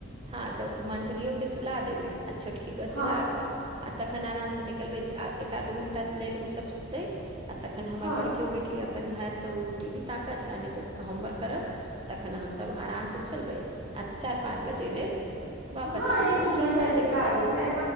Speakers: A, on the right; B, on the right.
A: हँ तऽ मंझलियो के सुला देबै आ छोटकी के
B: हँ
A: सिला कऽ आ तखन आराम से निकलबै एकाध दू घंटा लेल ओ सब सुततै आ तखन हमर
B: हँ
A: कियो बेटी अपनने हैत टी भी ताकत नै त होमवर्क करत तखन हमसभ आराम से चलबै आ चारि पाँच बजे लेल वापस
B: हँ
A: आ
B: एक
A: जेबै
B: दू
A: की
B: घंटा
A: खरीदैके
B: के काज
A: छौ
B: छै